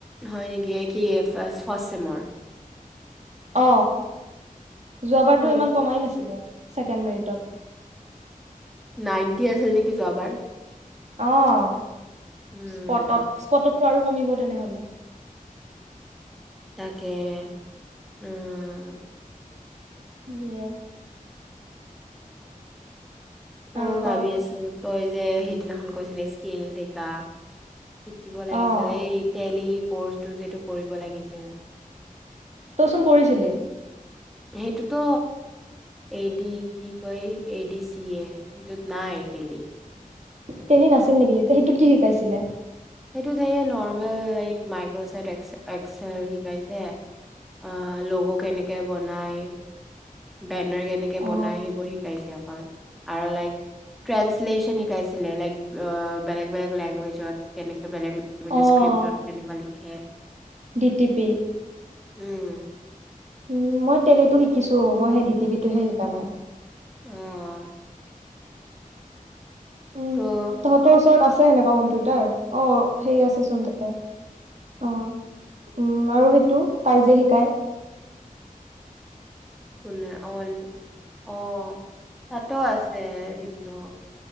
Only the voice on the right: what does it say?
অ। যোৱাবাৰতো
ইমান কমাই নাছিলে। ছেকেণ্ড মেৰিটত,
অহ
স্পটত স্পটত আৰু কমিব তেনেহলে
দিয়ে
আৰু ক
অ'
তইচোন কৰিছিলি
তেলী নাছিল নেকি সেইটোত কি শিকাইছিলে?
অ
অ'
ডি টি পি
উ মই তেলীটো শিকিছো মই সেই ডি টি পিটোহে শিকা নাই।
উম
তহঁতৰ ওচৰত আছে। আ সেনেকুৱা কম্পিউটাৰ অ <unintelligible> সেই আছে ছোন তাতে অ উম আৰু সেইটো তাই যে শিকায়।